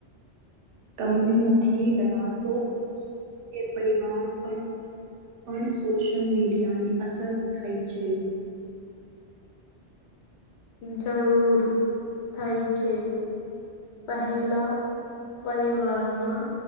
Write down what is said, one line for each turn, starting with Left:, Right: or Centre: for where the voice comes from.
Right: તમને નથી લગાતો કે પરિવાર પર પણ સોશિયલ મીડિયા ની અસર થઈ છે.
Left: જરૂર થઈ છે પહેલા પરિવારના